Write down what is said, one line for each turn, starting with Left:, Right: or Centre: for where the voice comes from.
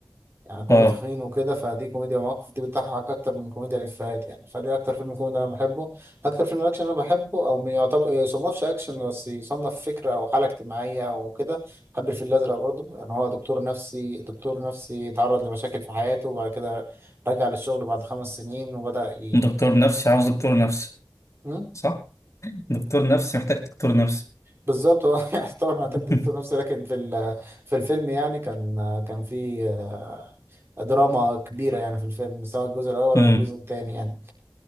Right: يعني كونه
Left: اه
Right: تخين وكده فدي كوميديا مواقف دي بتضحك أكتر من كوميديا الإفيهات يعني فدي أكتر فيلم كوميدي أنا بحبه أكتر فيلم أكشن أنا بحبه أو ما يعتبر يصنفش أكشن بس يصنف فكرة أو حالة اجتماعية أو كده بحب الفيل الأزرق برضه يعني هو دكتور نفسي دكتور نفسي تعرض لمشاكل في حياته وبعد كده رجع للشغل بعد خمس سنين وبدأ ي...
Left: دكتور نفسي عاوز دكتور نفسي
Right: م?
Left: صح دكتور نفسي محتاج دكتور نفسي
Right: بالظبط هو <laughs> يعتبر محتاج
Left: <laughs>
Right: دكتور نفسي لكن في ال- في الفيلم يعني كان كان في آه، دراما كبيرة يعني في الفيلم سواء الجزء الأول
Left: امم
Right: أو الجزء الثاني يعني